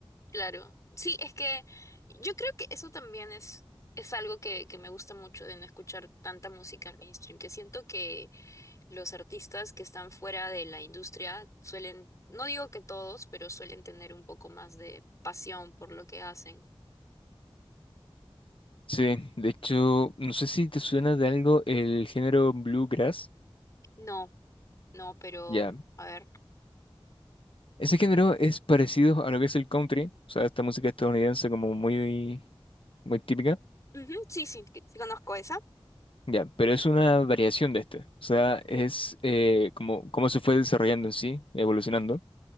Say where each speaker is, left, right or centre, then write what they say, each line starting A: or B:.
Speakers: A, on the left; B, on the left.
A: Claro. Sí, es que yo creo que eso también es, es algo que, que me gusta mucho de no escuchar tanta música mainstream, que siento que los artistas que están fuera de la industria suelen, no digo que todos, pero suelen tener un poco más de pasión por lo que hacen.
B: Sí, de hecho, no sé si te suena de algo el género bluegrass.
A: No. No, pero
B: Ya.
A: a ver.
B: Ese género es parecido a lo que es el country, o sea, esta música estadounidense como muy, muy típica.
A: Ujú, ujú, Sí, sí, que- sí conozco esa.
B: Ya, pero es una variación de este. O sea, es eh, como, como se fue desarrollando en sí, evolucionando.